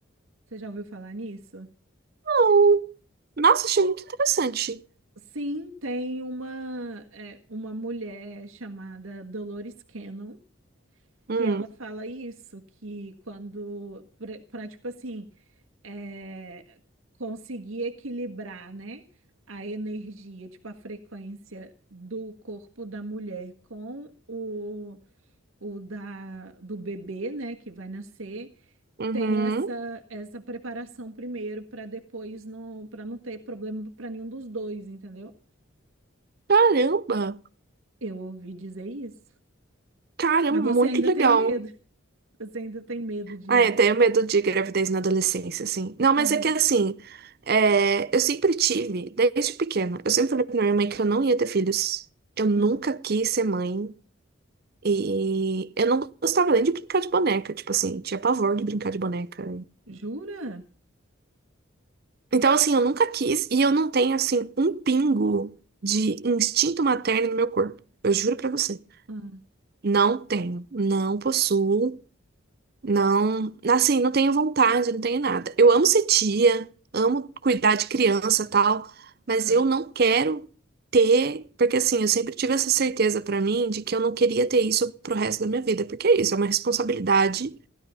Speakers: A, on the right; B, on the right.
A: Você já ouviu falar nisso?
B: não. Nossa, achei muito interessante.
A: Sim, tem uma, é, uma mulher chamada Dolores Cannon que
B: Hum,
A: ela fala isso, que quando, para tipo assim, é, conseguir equilibrar, né, a energia, tipo a frequência do corpo da mulher com o, o da, do bebê, né, que vai nascer,
B: uhum.
A: Tem essa essa preparação primeiro para depois não para não ter problema para nenhum dos dois, entendeu?
B: Caramba.
A: Eu ouvi dizer isso.
B: Caramba,
A: Mas você
B: muito
A: ainda
B: legal.
A: tem medo. <laughs> Você ainda tem medo de.
B: Ah, eu tenho medo de gravidez na adolescência, assim. Não, mas
A: Aham.
B: é que assim, é, eu sempre tive, desde pequena, eu sempre falei pra minha mãe que eu não ia ter filhos. Eu nunca
A: uhum.
B: quis ser mãe. E eu não gostava nem de brincar de boneca, tipo assim, tinha pavor de brincar de boneca.
A: Jura?
B: Então, assim, eu nunca quis e eu não tenho, assim, um pingo de instinto materno no meu corpo. Eu juro pra você.
A: Ah,
B: Não tenho, não possuo. Não, assim, não tenho vontade, não tenho nada. Eu amo ser tia, amo cuidar de criança, tal, mas
A: Aham.
B: eu não quero ter, porque assim, eu sempre tive essa certeza pra mim de que eu não queria ter isso pro resto da minha vida, porque é isso, é uma responsabilidade